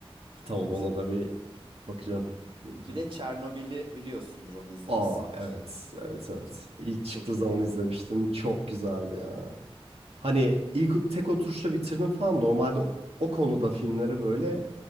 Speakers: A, on the right (about 80°); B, on the right (about 55°).
A: Tamam
B: Evet.
A: ona da bir bakacağım. Hızlıca.
B: Bir de Çernobil'i biliyorsundur. Onu izlemişsindir.
A: Aa evet evet evet.
B: Can.
A: İlk çıktığı
B: Çok
A: zaman
B: iyi değil
A: izlemiştim.
B: miydi?
A: Çok güzeldi ya. Hani ilk tek oturuşta bitirdim falan. Normalde o, o konuda filmleri böyle